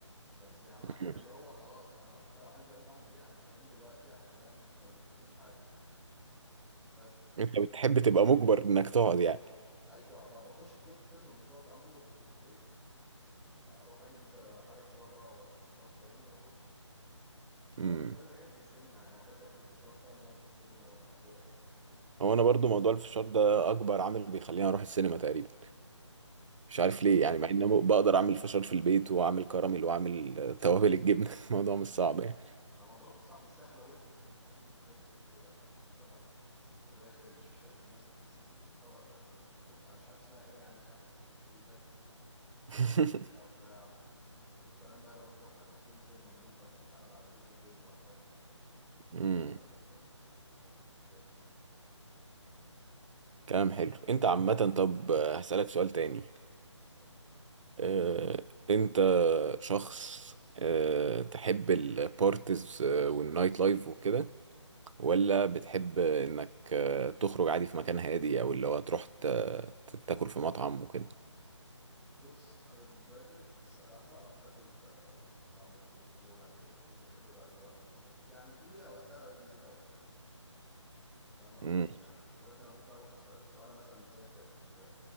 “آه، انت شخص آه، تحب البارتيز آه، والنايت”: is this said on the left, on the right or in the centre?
Right